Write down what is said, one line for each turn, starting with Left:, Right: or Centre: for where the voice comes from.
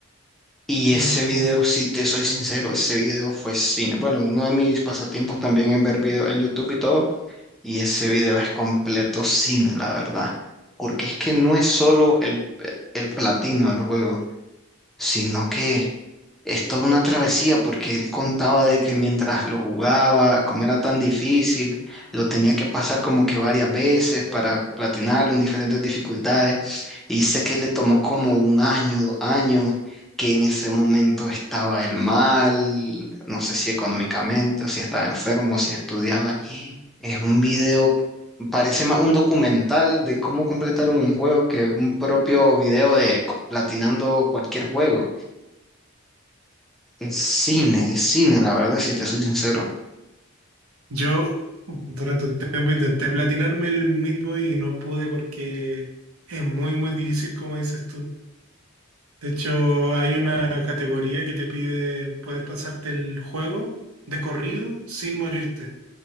Centre: Y
Right: Oh.
Centre: ese video, si te soy sincero, ese video fue cine. Bueno, uno de mis pasatiempos también es ver videos en YouTube y todo, y ese video es completo cine, la verdad. Porque es que no es solo el, el platino del juego, sino que es toda una travesía porque él contaba de que mientras lo jugaba, como era tan difícil, lo tenía que pasar como que varias veces para platinarlo en diferentes dificultades. Y sé que le tomó como un año, dos años, que en ese momento estaba él mal, no sé si económicamente o si estaba enfermo, o si estudiaba. Es un video, parece más un documental de cómo completar un juego que un propio video de co- platinando cualquier juego. Es cine, es cine, la verdad, si te soy sincero.
Right: Yo durante un tiempo intenté platinarme el Meat Boy y no pude porque es muy, muy difícil, como dices tú. De hecho, hay una categoría que te pide poder pasarte el juego de corrido sin morirte.